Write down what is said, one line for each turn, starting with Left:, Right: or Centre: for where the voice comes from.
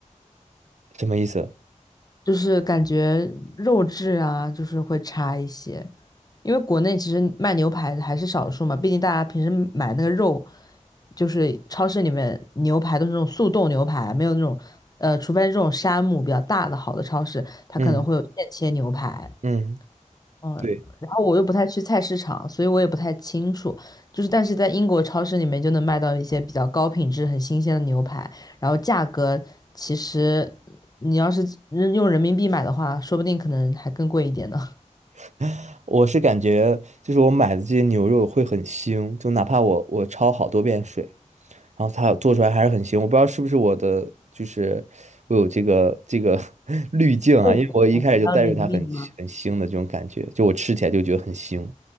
Right: 什么意思？
Left: 就是感觉肉质啊，就是会差一些。因为国内其实卖牛排的还是少数嘛，毕竟大家平时买那个肉，就是超市里面牛排都是那种速冻牛排，没有那种，呃，除非这种山姆比较大的好的超市，它可能会有现切牛排。
Right: 嗯嗯。
Left: 嗯，
Right: 对。
Left: 然后我又不太去菜市场，所以我也不太清楚。就是，但是在英国超市里面就能买到一些比较高品质、很新鲜的牛排，然后价格其实你要是人用人民币买的话，说不定可能还更贵一点呢。
Right: <laughs> 我是感觉，就是我买的这些牛肉会很腥，就哪怕我我焯好多遍水，然后它做出来还是很腥，我不知道是不是我的，就是我有这个这个 <laughs> 滤镜啊，
Left: 会比
Right: 因为我一开始就带着它很很腥的这种感觉，
Left: 较灵敏吗？
Right: 就我吃起来就觉得很腥。